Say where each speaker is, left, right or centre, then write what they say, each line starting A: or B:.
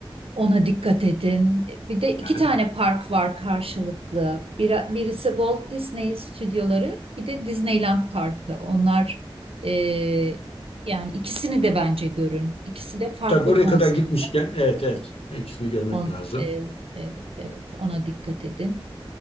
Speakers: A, on the right (about 80°); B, on the left (about 90°).
A: ona dikkat edin. Bir de
B: Güzel.
A: iki tane park var karşılıklı. Bir, birisi Walt Disney stüdyoları, bir de Disneyland Parkı. Onlar e, yani ikisini de bence görün. İkisi de farklı
B: Tabii oraya
A: konsept.
B: kadar gitmişken evet evet ikisini görmek
A: On,
B: lazım.
A: e, evet evet ona dikkat edin.